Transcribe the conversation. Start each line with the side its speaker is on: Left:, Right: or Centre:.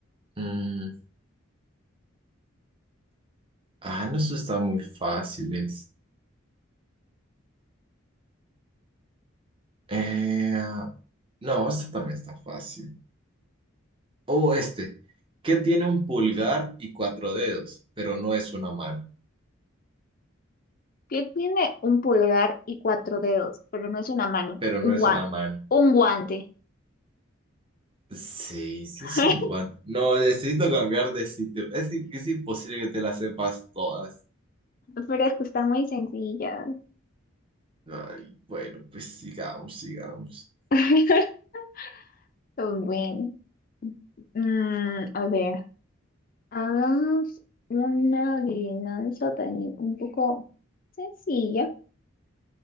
Right: Mm, ah, no, eso está muy fáciles. Eh, no, esta también está fácil. O este, ¿qué tiene un pulgar y cuatro dedos? Pero no es una mano.
Left: ¿Qué tiene un pulgar y cuatro dedos? Pero no es una mano.
Right: Pero
Left: Un
Right: no es
Left: guante.
Right: una mano.
Left: Un guante.
Right: Sí, sí
Left: <laughs>
Right: es un guante. No, necesito cambiar de sitio. Es, i- es imposible que te las sepas todas.
Left: Pero es que están muy sencillas.
Right: Ay, bueno, pues sigamos, sigamos.
Left: <laughs> Bueno. Mm, a ver. Hagamos una adivinanza también un poco sencilla.